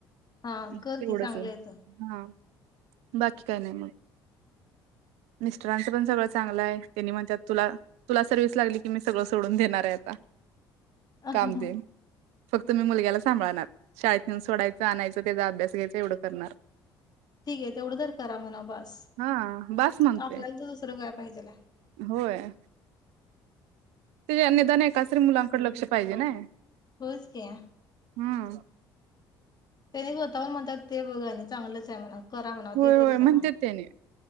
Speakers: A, on the left; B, on the right.
A: हा कर
B: तेवढंच
A: की चांगलं
B: आहे
A: येतं
B: हा बाकी काय नाही मग मिस्टरांचं पण सगळं चांगलं आहे त्यांनी म्हणत तुला तुला सर्वि्हस लागली की मी सगळं सोडून देणार आहे आता
A: आपण
B: काम देन फक्त मी मुलग्याला सांभाळणार शाळेतून सोडायचं आणायचं त्याचा अभ्यास घ्यायचा एवढं करणार
A: ठीक आहे तेवढं तर करा म्हणा बस
B: हा बास म्हणतोय.
A: आपल्याला तर दुसरं काय पाहिजेला
B: होय त्या निदान एकातरी मुलांकडे लक्ष पाहिजे ना
A: होच का
B: हम्म
A: त्यानी स्ताहून म्हणतात ते बघ आणि चांगलंच आहे म्हणा करा म्हणा
B: होय
A: ते तरी
B: होय
A: सरा
B: म्हणत्यात त्यानी